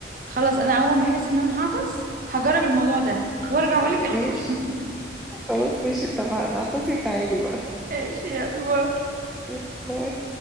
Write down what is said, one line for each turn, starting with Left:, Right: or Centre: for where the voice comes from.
Right: خلاص انا اول ما احس ان انا هعطس هجرب الموضوع ده وارجع اقولك ايه اللي
Centre: ماشي
Right: <laughs> حصل.
Centre: خلاص ماشي اتفقنا عطسي وتعالي بقى
Right: ماشي يا قلبي
Centre: <laughs> باي